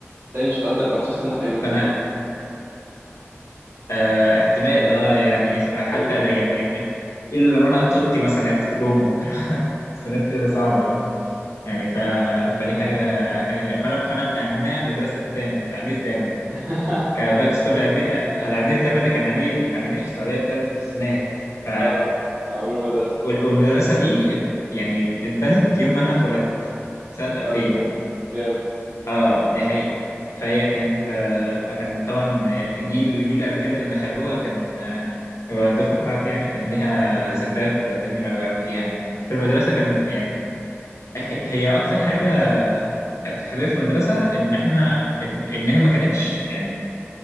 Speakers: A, on the right; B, on the left.
A: تاني مش هتقدر 14 سنة في أي مكان
B: فانا
A: تاني
B: آه احتمال اه يعني س- حتى
A: ده ايه ده؟
B: يعني الا لو انا توتي مثلا لعبت في روما وكان <laughs> بس غير كده صعبه يعني ف... فدي حاجه حاجه غريبه فانا فانا من ابناء مدرسه ثامر الامير ثامر لا
A: <laughs>
B: كان باك ستوري الامير الامير ثامر ده كان امير كان امير في السعوديه بجد بس مات ف
A: اه عمرو المدرسة
B: وال- والمدرسه دي ات- يعني اتبنت يوم ما انا اتولدت سنة 2000
A: بتهزر جامد
B: اه دي حقيقة فهي كانت آه، فكان طبعا جيل جيل 2000 اللي دخلوها كان آه، هو الدفعة بتاعتي يعني كان ليها ذكريات جميلة أوي أوي فيها يعني في المدرسة كان يعني هي هي أكتر حاجة كنت حاببها في المدرسة إن إحنا إن هي ما كانتش يعني